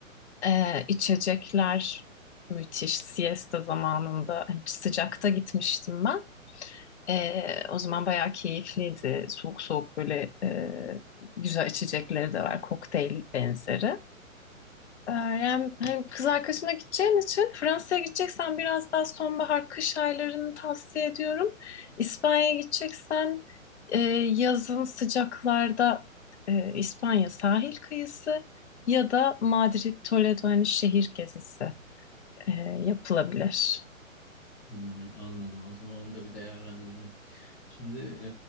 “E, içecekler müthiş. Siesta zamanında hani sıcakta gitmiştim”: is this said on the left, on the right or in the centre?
Left